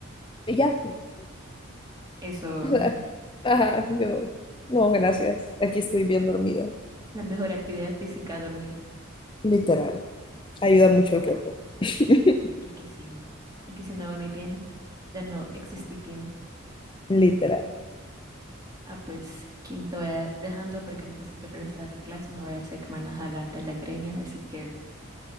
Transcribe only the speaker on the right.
Eso,
la mejor actividad física, dormir.
Es que sí, es que si no dormí bien, ya no existí bien.
Ah, pues, Kim, te voy a- dejando porque necesito regresar a la clase, no voy a hacer que me van a jalar de las greñas, así que...